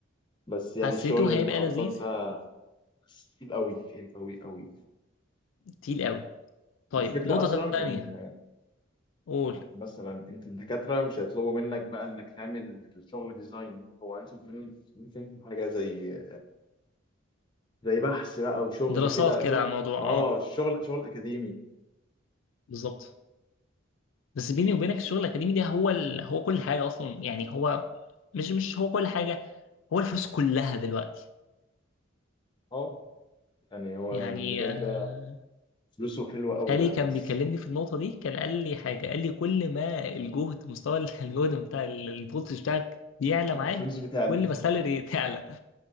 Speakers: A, on the left (about 25°); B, on the left (about 75°).
A: بس يعني
B: حسيته
A: الشغل المحطات
B: هيبقى لذيذ
A: ده تقيل قوي تقيل قوي قوي
B: تقيل قوي طيب
A: والفكره
B: نقطه
A: اصلا
B: تانيه
A: ان
B: قول
A: مثلا انت الدكاتره مش هيطلبوا منك بقى انك تعمل شغل ديزاين هو عايز منك عارف انت حاجه زي زي بحث بقى وشغل
B: دراسات
A: كده شغل
B: كده على الموضوع
A: اه
B: اه
A: شغل شغل اكاديمي
B: بالظبط بس بيني وبينك الشغل الاكاديمي ده هو ال... هو كل حاجه اصلا يعني هو مش مش هو كل حاجه هو الفلوس كلها دلوقتي
A: اه يعني هو
B: يعني
A: المجال
B: آه،
A: ده فلوسه حلوة قوي
B: خالي
A: يعني
B: كان
A: بس
B: بيكلمني في النقطه دي كان قال لي حاجه قال لي كل ما الجهد مستوى ال- <laughs> الجهد بتاع ال- الفولتج بتاعك بيعلى
A: الفلوس
B: معاك
A: بتعلى
B: كل ما السالري تعلى